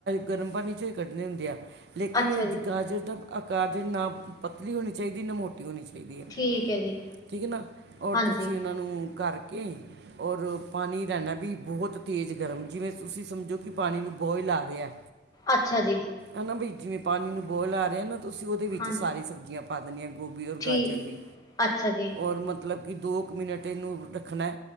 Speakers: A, on the right; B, on the left.
A: ਗਰਮ ਪਾਣੀ ਚ ਹੀ ਕੱਢਣੇ ਹੁੰਦੇ ਆ ਲੇਕਿਨ
B: ਅੱਛਾ ਜੀ।
A: ਗਾਜਰ ਦਾ ਆਕਾਰਜ ਨਾ ਪਤਲੀ ਹੋਣੀ ਚਾਹੀਦੀ ਨਾ ਮੋਟੀ ਹੋਣੀ ਚਾਹੀਦੀ ਾਹੀ ਹੈ
B: ਠੀਕ ਹੈ ਜੀ,
A: ਠੀਕ ਹੈ ਨਾ ਔਰ
B: ਹਾਂਜੀ,
A: ਤੁਸੀਂ ਉਹਨਾਂ ਨੂੰ ਕਰਕੇ ਔਰ ਪਾਣੀ ਰਹਿਣਾ ਵੀ ਬਹੁਤ ਤੇਜ਼ ਗਰਮ ਜਿਵੇਂ ਤੁਸੀਂ ਸਮਝੋ ਕਿ ਪਾਣੀ ਨੂੰ ਬੋਇਲ ਆ ਰਿਹਾ
B: ਅੱਛਾ ਜੀ
A: ਹਨਾ ਬ ਜਿਵੇਂ ਪਾਣੀ ਨੂੰ ਬੋਲ ਆ ਰਿਹਾ ਨਾ ਤੁਸੀਂ ਉਹਦੇ ਵਿੱਚ
B: ਹਾਂਜੀ,
A: ਸਾਰੀ ਸਬਜ਼ੀਆਂ ਪਾ ਦਿੰਦੇ ਹਾਂ ਗੋਭੀ ਔਰ
B: ਠੀ
A: ਗਾਜਰ ਵੀ
B: ਅੱਛਾ ਜੀ,
A: ਔਰ ਮਤਲਬ ਕਿ ਦੋ ਕੁ ਮਿਨਟ ਏਨੂੰ ਰੱਖਨਾ,